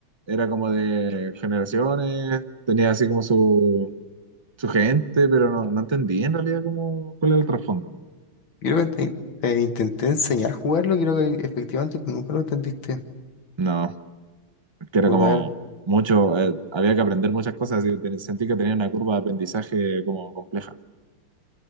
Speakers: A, on the right; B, on the left.
A: era como de generaciones, tenía así como su, su gente, pero no, no entendí en realidad cómo, cuál era el trasfondo.
B: creo que te, te intenté enseñar a jugarlo y creo que efectivamente tú nunca lo entendiste.
A: No, que era
B: Puta,
A: como
B: a ver,
A: mucho, eh, había que aprender muchas cosas y ten- sentí que tenía una curva de aprendizaje como compleja.